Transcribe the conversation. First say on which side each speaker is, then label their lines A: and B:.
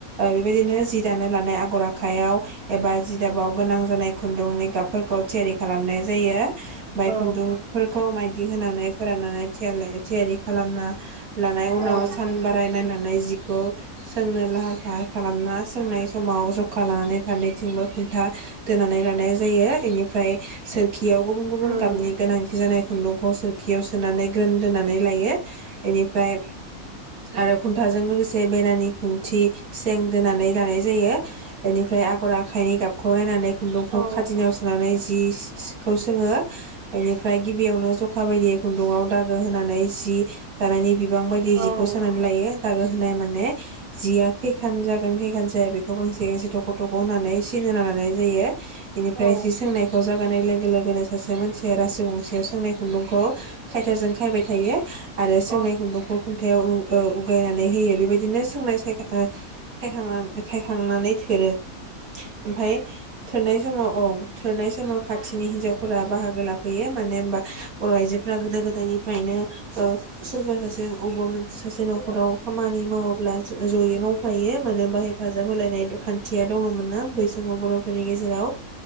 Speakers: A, on the right (about 80°); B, on the right (about 45°).
A: बेबायदिनो जि दानो नाय आगर आखायाव एबा जि दाबाव गोनां जानाय खुन्दुंनि गाबफोरखौ थियारि खालामनाय जायो बाइ
B: औ
A: खुन्दुं फोरखौ मायदि होनानै फोराननानै थियारि लायो थियारि खालामना लानाय उनाव
B: औ उम
A: सान बाराय नायनानै जिखौ सोंनो लाहार फाहार खालामना सोंनाय समाव जखा लानानै फारनैथिंबो खुन्था दोनानै लानाय जायो इनिफ्राय सोरखियाव गुबुन गुबुन
B: औ
A: गाबनि गोनांथि जानाय खुन्दुंखौ सोरखियाव सोनानै ग्रोन दोनानै लायो इनिफ्राय आरो खुन्थाजों लोगोसे बेरानि खुन्थि सें दोनानै लानाय जायो इनिफ्राय आगर आखाइनि गाबखौ नायनानै खुन्दुंखौ
B: औ
A: खादिनायाव सोनानै जिस सिखौ सोङो इनिफ्राय गिबियावनो जखा बायदि खुन्दुाव दागो होनानै जि दानायनि बि गोबां बायदि जिखौ
B: औ
A: सोंनानै लायो दागो होनाय माने जिया खैखान जागोन खैखान जाया बे खौ गांसे गांसे थख' थख' होनानै सिन होना लानाय जायो बिनिफ्राय
B: औ
A: जि सोंनायखौ जों जानाय लोगो लोगोनो सासे मानसिया रासो गंसेयाव सोंनाय खुन्दुंखौ खायथाजों खायबाय थायो आरो
B: औ
A: सोंनाय खुन्दुंखौ खुन्थायाव ओ उगायनानै होयो बेबायदिनो सोंनाय सायथाखो सायखांनानै खायखांनानै थोरो ओमफाय थोरनाय समाव औ थोरनाय समाव खाथिनि हिन्जावफोरा बाहागो लाफैयो माने होनबा बर' आइजोफोरा गोदो गोदायनिफ्रायनो ओ सोरबा सासे अबबा मोन सासे न' खराव खामानि मावोब्ला ज'यै मावफायो मानो होनबा हे फाजाब होलायनाय खान्थिया दङमोन ना बै समाव बर'फोरनि गेजेराव